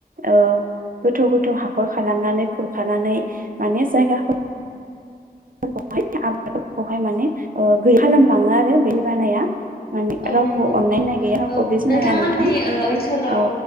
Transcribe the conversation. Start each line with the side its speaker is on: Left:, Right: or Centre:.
Right: ओ गोथौ गोथौ हाखर खालामनानै खुरखानानै माने जायगाफो फोरखौहाय आबादफोरखौहाय माने गैया खालाम लाङो आरो दै बानाया। माने
Left: औ
Right: रावखौबो
Left: नंगौ नोंथां
Right: अननाय होननाय गैया रावखौबो
Left: औ
Right: सिनाया
Left: नोंथांमोननि
Right: नोंथां
Left: ओ ओनसोलाव
Right: औ